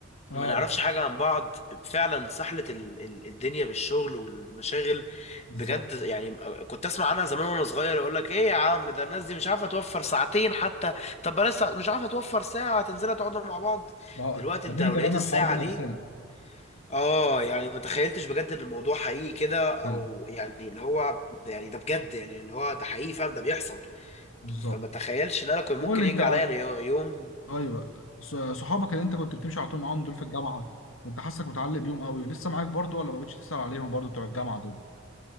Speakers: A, on the left (about 80°); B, on the left (about 30°).
A: اه
B: ما نعرفش حاجة عن بعض فعلا سحلة ال- ال- الدنيا بالشغل والمشاغل
A: بالظبط
B: بجد يعني كنت اسمع عنها زمان وانا صغير اقول لك ايه يا عم ده الناس دي مش عارفة توفر ساعتين حتى طب بلاش ساعة- مش عارفة توفر ساعة تنزلها تقعدوا مع بعض
A: اه
B: دلوقتي
A: ادينا
B: انت لو
A: جربنا
B: لقيت الساعة
A: الحوار بنفسنا
B: دي اه يعني ما تخيلتش بجد ان الموضوع حقيقي كده او
A: ايوه
B: يعني اللي هو يعني ده بجد يعني اللي هو ده حقيقي فعلا ده بيحصل
A: بالظبط
B: فما تخيلش ان انا كنت
A: طب
B: ممكن
A: قول لي
B: ينجي
A: انت
B: عليا أنا يوم
A: ايوه ص- صحابك اللي انت كنت بتمشي على طول معاهم دول في الجامعه كنت حاسك متعلق بيهم قوي لسه معاك برضو ولا ما بقتش تسأل عليهم برضو بتوع الجامعه دول